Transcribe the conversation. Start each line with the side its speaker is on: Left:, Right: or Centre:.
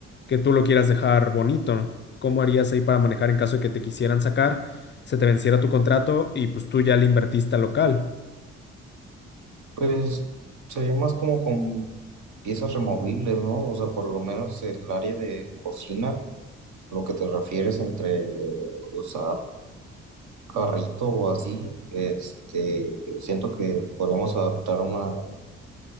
Left: que tú lo quieras dejar bonito. ¿Cómo harías ahí para manejar en caso de que te quisieran sacar, se te venciera tu contrato y pues tú ya le invertiste al local?
Right: Pues sería más como con piezas removibles, ¿no? O sea, por lo menos el área de cocina, lo que te refieres entre eh, usar carrito o así, este, siento que podríamos adaptar una